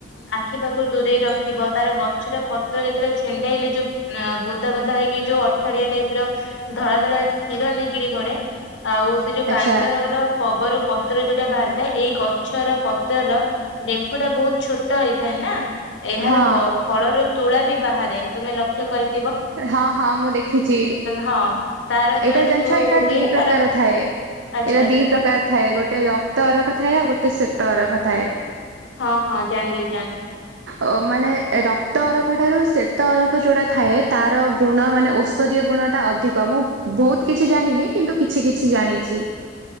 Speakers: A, on the left; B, on the right.
A: ଆଖି ପାଖରୁ ଦୂରେଇ ରଖିବ ତାର ଗଛର ପତ୍ର ଯେତେବେଳେ ଛେଣ୍ଡେଇଲେ ଯୋଉ ବୁନ୍ଦା ବୁନ୍ଦା ହେଇକି ଯୋଉ ଅଠାଳିଆ ଟାଇପ ର ଧଳା ଧଳା କ୍ଷୀର ନିଗିରି ପଡେ ଆଉ ସେ ଯୋଉ କାଣ୍ଡ
B: ଆଚ୍ଛା
A: ର ପବରୁ ପତ ପତ୍ର ଯୋଉଟା ବାହାରିଥାଏ ଏଇ ଗଛର ପତ୍ରର ଡେମ୍ଫୁ ଟା ବହୁତ ଛୋଟ ହେଇଥାଏ ନା ଏହାର
B: ହଁ।
A: ପ ଫଳରୁ ତୁଳା ବି ବାହାରେ ତୁମେ ଲକ୍ଷ୍ୟ କରି
B: ହଁ ହଁ ମୁଁ ଦେଖିଛି। ଏଇଟା
A: ହଁ ତାର ଯେତେବେଳେ ଋତୁ
B: ଜାଣିଛ ଏଇଟା
A: ହୁଏ
B: ଦି ପ୍ରକାର
A: ତାର
B: ଥାଏ। ଏଇଟା
A: ଆଚ୍ଛା ଆଚ୍ଛା
B: ଦି ପ୍ରକାର ଥାଏ । ଗୋଟେ ରକ୍ତ ଅରଖ ଥାଏ ଆଉ ଗୋଟେ ଶ୍ଵେତ ଅରଖ ଥାଏ।
A: ହଁ, ହଁ ଜାଣିଲି, ଜାଣିଲି
B: ଓମାନେ ରକ୍ତ ଅରଖ ଠାରୁ ଶ୍ଵେତ ଅରଖ ଯେଉଁଟା ଥାଏ ତାର ଗୁଣ ମାନେ ଔଷଧୀୟ ଗୁଣ ଟା ଅଧିକ ମୁଁ ବହୁତ କିଛି ଜାଣିନି କିନ୍ତୁ କିଛି କିଛି ଜାଣିଛି